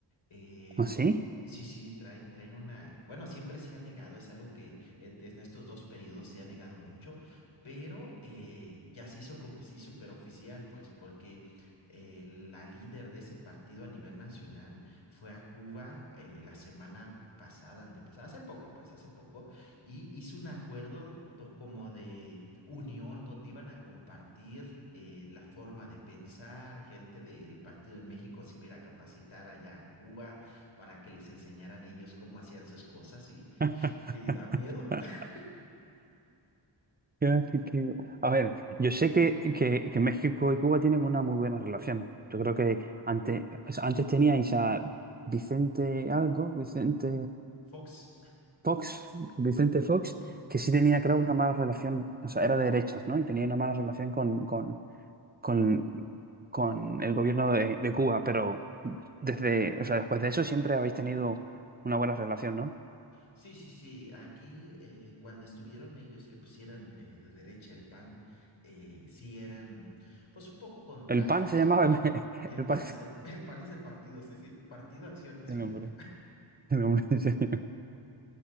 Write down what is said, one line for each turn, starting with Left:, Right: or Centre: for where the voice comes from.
Left: Eh,
Right: ¿Ah, sí?
Left: sí, sí, traen, traen una. Bueno, siempre se ha negado, es algo que eh, en estos dos periodos se ha negado mucho, pero eh, ya se hizo como así súper oficial, pues, porque eh, la líder de ese partido a nivel nacional fue a Cuba eh, la semana pasada, antepasada, hace poco, pues hace poco, y hizo un acuerdo do- como de unión donde iban a compartir eh, la forma de pensar, gente del partido en México se iba a ir a capacitar allá a Cuba para que les enseñaran ellos cómo hacían sus cosas y,
Right: <laughs>
Left: y da miedo. <laughs>
Right: Ya, que- que- A ver, yo sé que, que- que México y Cuba tienen una muy buena relación. Yo creo que antes, o sea, antes teníais a Vicente algo, Vicente
Left: Fox,
Right: Fox, Vicente Fox, que sí tenía, creo, una mala relación, o sea, era de derechas, ¿no? Y tenía una mala relación con, con, con, con el gobierno de, de Cuba, pero desde, o sea, después de eso siempre habéis tenido una buena relación, ¿no?
Left: sí, sí, sí, aquí eh, cuando estuvieron ellos que pues pusieran eh, de derecha el PAN, eh, sí eran pues un poco contrarios
Right: El PAN se llamaba... <laughs>
Left: El
Right: El PAN...
Left: PAN es el, el PAN es el partido, sí, sí, Partido Acción Nacional.
Right: El nombre. <laughs> El hombre diseño.